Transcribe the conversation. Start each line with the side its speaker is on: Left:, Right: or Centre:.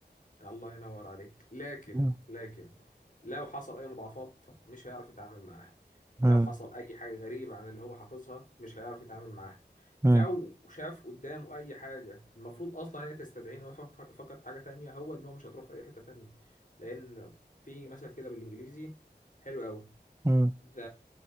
Left: الله ينور عليك لكن
Right: امم
Left: لكن لو حصل اي مضاعفات مش هيعرف يتعامل معاها لو
Right: امم
Left: حصل اي حاجه غريبه عن اللي هو حافظها مش هيعرف يتعامل معاها
Right: امم
Left: لو شاف قدامه اي حاجه المفروض اصلا هي تستدعيه ان هو يفك- يفكر في حاجه تانية هو دماغه مش هتروح في اي حته تانية لان في مثل كده بالانجليزي حلو قوي
Right: امم
Left: the